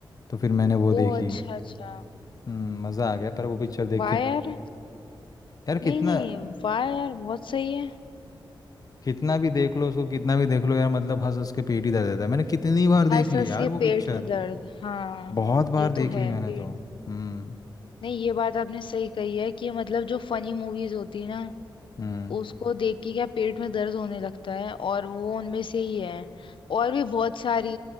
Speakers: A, on the left; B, on the left.
A: तो फिर मैंने वो देखी
B: ओ अच्छा अच्छा
A: हम्म मज़ा आ गया पर वो पिक्चर देख
B: वाह
A: के
B: यार
A: यार
B: नहीं
A: कितना
B: नहीं वाह यार बहुत सही है
A: कितना भी देख लो उसको कितना भी देख लो यार मतलब हंस हंस के पेट ही दर्द रहता है मैंने कितनी बार
B: हंस
A: देख ली
B: हंस
A: यार
B: के
A: वो पिक्चर
B: पेट में दर्द हाँ
A: बहुत बार
B: ये
A: देख
B: तो है
A: ली मैंने
B: पेट
A: तो हम्म
B: नहीं ये बात आपने सही कही है कि मतलब जो फनी मूवीज होती है ना
A: हम्म
B: उसको देख के क्या पेट में दर्द होने लगता है और वो उनमें से ही है और भी बहुत सारी